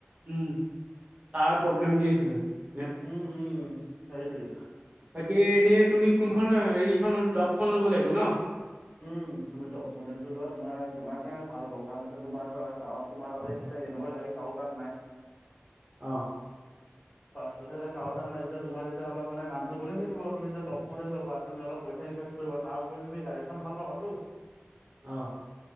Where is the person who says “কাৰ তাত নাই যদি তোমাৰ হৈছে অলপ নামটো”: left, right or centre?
Left